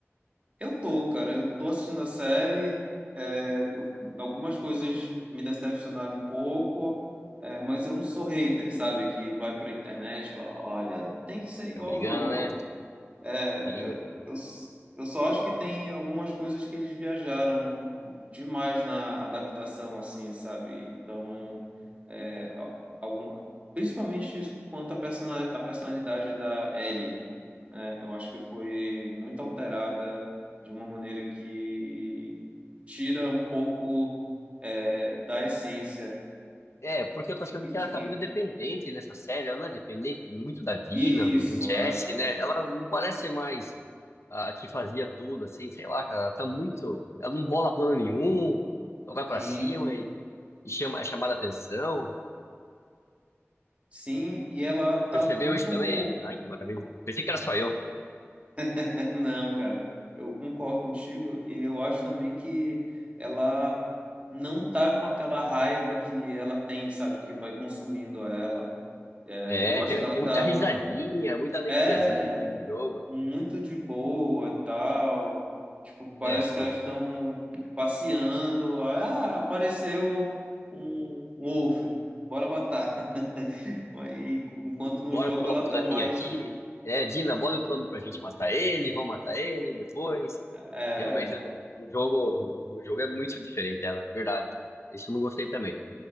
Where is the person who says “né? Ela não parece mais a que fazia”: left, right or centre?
Left